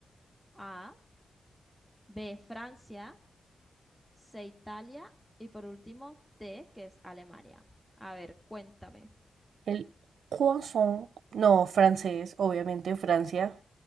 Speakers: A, in the centre; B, on the right (about 80°).
A: A, B, Francia, C, Italia y por último D, que es Alemania. A ver, cuéntame.
B: El croissant. No, francés, obviamente, Francia.